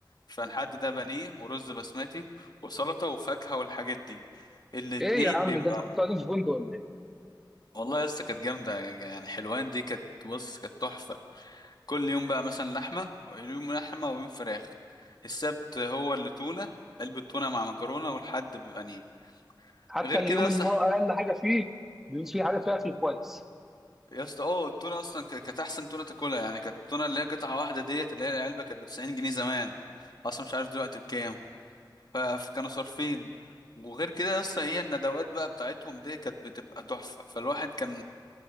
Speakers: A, on the left; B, in the centre.
A: فالحد ده بانيه ورز بسمتي وسلطه وفاكهه والحاجات دي الاتنين
B: ايه يا عم
A: بيبقى
B: ده انتوا كنتوا قاعدين في فندق ولا ايه
A: والله يا اسطى كانت جامدة يعني حلوان دي كانت بص كانت تحفة كل يوم بقى مثلا لحمة ويوم لحمة ويوم فراخ السبت هو اللي تونة علبة تونة مع مكرونة والحد بيبقى نيه.
B: حتى
A: غير
B: اليوم
A: كده
B: اللي
A: اصلا
B: هو اقل حاجه فيه بيبقى فيه حاجه فيها اكل كويس
A: يا اسطى اه التونة اصلا ك- كانت احسن تونة تاكلها يعني كانت التونة اللي هي قطعة واحدة ديت اللي هي العلبة كانت ب 90 جنيه زمان اصلا مش عارف دلوقتي بكام ف- فكانوا صارفين وغير كده يا اسطى هي الندوات بقى بتاعتهم دي كانت بتبقى تحفة فالواحد كان